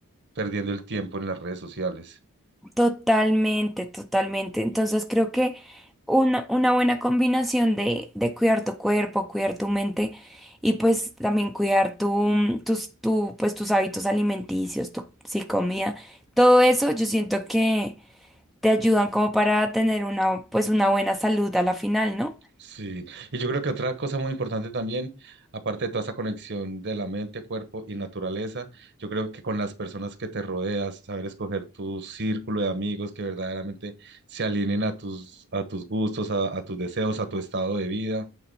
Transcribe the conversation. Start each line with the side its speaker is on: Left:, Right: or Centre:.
Right: perdiendo el tiempo en las redes sociales.
Centre: Totalmente, totalmente. Entonces creo que una, una buena combinación de, de cuidar tu cuerpo, cuidar tu mente y pues también cuidar tu, tus, tu, pues, tus hábitos alimenticios, tu sí, comida, todo eso yo siento que te ayudan como para tener una, pues, una buena salud a la final, ¿no?
Right: Sí, y yo creo que otra cosa muy importante también, aparte de toda esa conexión de la mente, cuerpo y naturaleza, yo creo que con las personas que te rodeas, saber escoger tu círculo de amigos que verdaderamente se alineen a tus, a tus gustos, a, a tus deseos, a tu estado de vida,